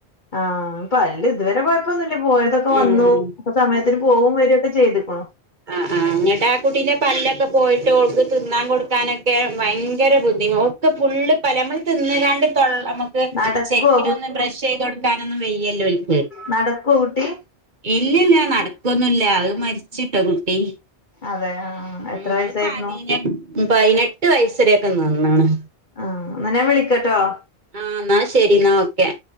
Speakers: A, on the left; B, on the right.
A: ആഹ് പല്ല് ഇതുവരെ കൊയപ്പോന്നുല്ല പോയതൊക്കെ വന്നു
B: ഉം
A: അപ്പൊ സമയത്തിന് പോവും വരൊക്കെ ചെയ്ത്കുണോ
B: അഹ് ആഹ് എന്നട്ട കുട്ടിന്റെ പല്ലൊക്കെ പോയിട്ട് ഓൾക്ക് തിന്നാൻ കൊടുക്കാനെക്കെ ഭയങ്കര ബുദ്ധിമു ഫുള്ള് പല നമ്മൾ തിന്ന്ങ്ങാണ്ട് തൊള്ളമക്ക്
A: നടക്കുവോ
B: ശെരിക്കിനൊന്ന് ബ്രഷ് ചെയ ടുത്തോട്ക്കാനൊന്നും വയ്യലോൽക്
A: നടക്കൊ കുട്ടി
B: ഇല്ലല നടക്കൊന്നുല്ല അത് മരിച്ചിട്ടോ കുട്ടി
A: അതെ ആഹ് എത്ര
B: ഉം
A: വയസായിരുന്നു
B: അത് പതിനെ പയ്നെട്ട് വയസ്സരൊക്കെ നിന്ന്ണ്
A: ആഹ് എന്ന ഞാൻ വിളിക്കട്ടോ
B: ആഹ് എന്നാ ശരി എന്ന ഓക്കെ